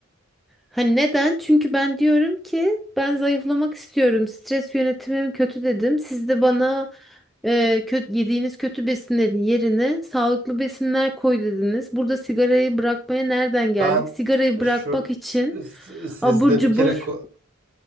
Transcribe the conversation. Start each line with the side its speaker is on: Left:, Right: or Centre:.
Centre: Hani neden? Çünkü ben diyorum ki ben zayıflamak istiyorum. Stres yönetimim kötü dedim. Siz de bana e, kötü, yediğiniz kötü besinlerin yerine sağlıklı besinler koy dediniz. Burada sigarayı bırakmaya nereden geldik?
Right: Ben
Centre: Sigarayı bırakmak
Right: şu
Centre: için
Right: s- sizde
Centre: abur cubur
Right: bir kere ko-